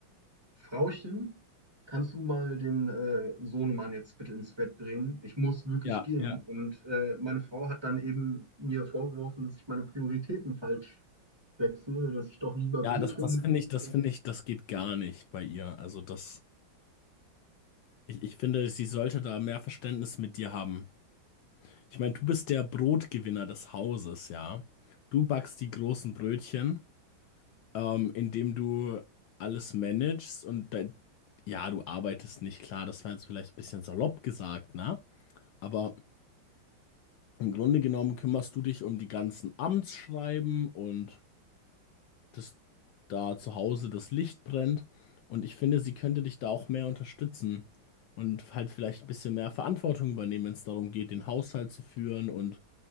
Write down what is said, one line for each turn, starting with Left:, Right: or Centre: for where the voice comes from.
Right: Frauchen, kannst du mal den äh, Sohnemann jetzt bitte ins Bett bringen? Ich muss wirklich
Left: Ja,
Right: gehen.
Left: ja.
Right: Und äh, meine Frau hat dann eben mir vorgeworfen, dass ich meine Prioritäten falsch setze, dass ich doch lieber
Left: Ja,
Right: Bier
Left: das,
Right: trinken
Left: das finde ich, das
Right: will.
Left: finde ich, das geht gar nicht bei ihr. Also das, ich, ich finde, sie sollte da mehr Verständnis mit dir haben. Ich meine, du bist der Brotgewinner des Hauses, ja. Du backst die großen Brötchen, ähm, indem du alles managst und de- ja, du arbeitest nicht. Klar, das war jetzt vielleicht ein bisschen salopp gesagt, ne? Aber im Grunde genommen kümmerst du dich um die ganzen Amtsschreiben und dass da zu Hause das Licht brennt. Und ich finde, sie könnte dich da auch mehr unterstützen und halt vielleicht ein bisschen mehr Verantwortung übernehmen, wenn es darum geht, den Haushalt zu führen und